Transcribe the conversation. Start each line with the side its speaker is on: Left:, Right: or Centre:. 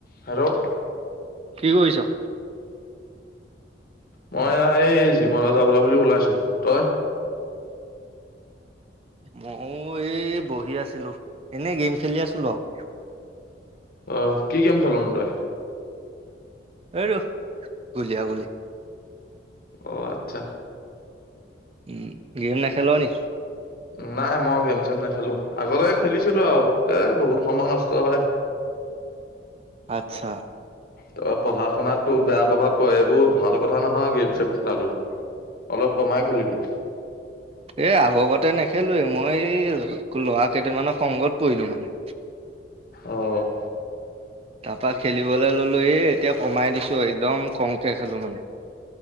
Left: Hello!
Right: কি কৰিছ?
Left: মই এই জিমলে যাবলৈ বুলি ওলাইছো, তই?
Right: মই এই বহি আছিলো এনেই গেম খেলি আছিলো আৰু।
Left: আহ কি গেম খেল নো তই?
Right: সেইটো গুলিয়া গুলী।
Left: অ আচ্ছা!
Right: উম গেম নেখেল নি?
Left: নাই মই গেম-চেম নেখেলো আগতে খেলিছিলো আৰু এ বহুত সময় নষ্ট হয়।
Right: আচ্ছা।
Left: তাৰপৰা পঢ়া-শুনাতো বেয়া প্ৰভাৱ পৰে এইবোৰ ভাল কথা নহয় গেম-চেম খেলাটো। অলপ কমাই খেলিবি।
Right: এ আগকতে নেখেলোয়ে, মই এই ল'ৰাকেইটামানৰ সংগত পৰিলো মানে।
Left: অ'।
Right: তাৰপা খেলিবলৈ ললোহি এতিয়া কমাই দিছো একদম কমকৈ খেলো মানে।